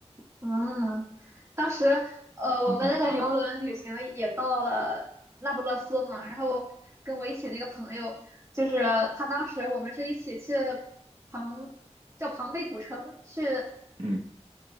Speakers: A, on the right (about 25°); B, on the right (about 60°).
A: 嗯，当时呃，
B: 嗯哼
A: 我们那个游轮旅行也到了那不勒斯嘛，然后跟我一起那个朋友，就是他当时我们是一起去庞叫庞贝古城去，
B: 嗯